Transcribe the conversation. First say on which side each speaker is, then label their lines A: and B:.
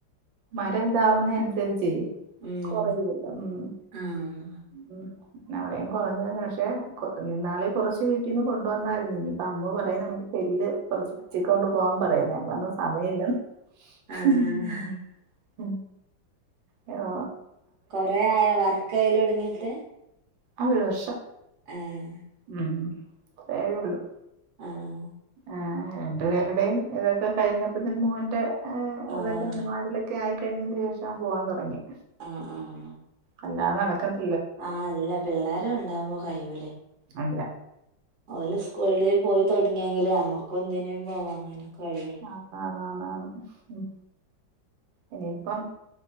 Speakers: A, on the right (about 85°); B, on the right (about 45°).
A: മര ഇതാവുന്നെനുസരിച്ച്
B: ഉം
A: കൊറയുവല്ലോ ഉം
B: ആഹ്
A: ഉം അവിടയും കുറഞ്ഞു വന്നു പക്ഷെ കൊഞ്ഞുന്നാളി കുറച്ച് വീട്ടിൽന്ന് കൊണ്ടുവന്നായിരുന്നു ഇനി അമ്മ പറയും നമ്മള് ചെല്ല് കുറച്ച് പിച്ചി ക്കൊണ്ട് പോകവാൻ പറയും ഞാൻ പറഞ്ഞ സമയമില്ല ഹും
B: ആഹ്
A: ഹും യ്യോ
B: കൊറെ ആയ വർക്കക്കെയല് ഒടുങ്ങിട്ട്
A: ആ ഒരു വർഷം.
B: ആഹ്‌
A: മ്മ് കൊറെയൊള്ളൂ
B: ആഹ്
A: ആഹ് രണ്ടു പേരുടെയും ഇതൊക്കെ കഴിഞ്ഞപ്പത്തിന് മോന്റെ ഏഹ്
B: ആഹ്
A: ഇതൊക്കെ അംഗനവാടീലെ ക്കെ ആയിക്കഴിഞ്ഞതിന് ശേഷാ ഞാൻ പോവാൻ തൊടങ്ങിയെ
B: ആഹ് ആഹ്.
A: അല്ലാതെ നടക്കത്തി
B: ആഹ് അല്ല പിള്ളേര് ഉണ്ടാവുമ്പോ കഴിയൂലെ
A: അല്ല
B: ഓല് സ്കൂളില് പോയി തൊടങ്ങിയെങ്കിലെ നമ്മക്കൊന്തിനും പോവാനിങ്ങനെ കഴിയൊ
A: ആഹ് ആന്നാന്നാന്നു ഉം ഇനിയിപ്പം